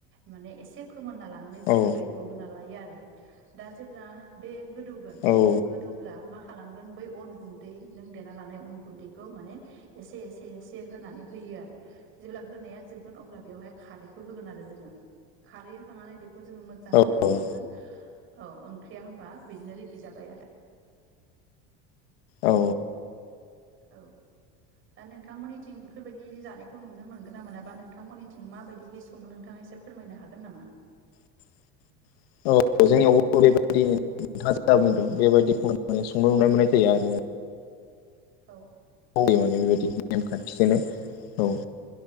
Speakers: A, on the right; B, on the left.
A: माने एसे फोमोनना लानानै जोङो
B: औ
A: दैखौ होना लायो आरो। दा जेब्ला बे गोदौगोन
B: औ
A: गोदौब्ला माखा खालामगोन बै अन गुन्दै नों देना लानाय अन गुन्दैखौ माने एसे एसे एसे होनानै होयो। जेब्ला होनाया जोबगोन अब्ला बेवहाय खारै खौ होगोन आरो जोङो खारै होखांनानै बेखौ जोङो मोजाङै गोदौ
B: औ
A: होगोन। औ ओंख्रिया होनबा बिदिनो रेडि जाबाय आरो।
B: औ।
A: औ। दा नोंथांमोननिथिं बेफोरबायदि जानायखौ नुनो मोनगोन ना मोनाबा नोंथांमोननिथिं माबायदिहै सङो नोंथाङा एसे फोरमायनो हागोन नामा।
B: <inaudible> औ जोंनियावबो बेबायदि नोंथाङा बुंदों बेबायदि मेने संनो रुनाय मोननाय जायो आरो
A: औ।
B: बेबायदि नेमखान्थिजोंनो औ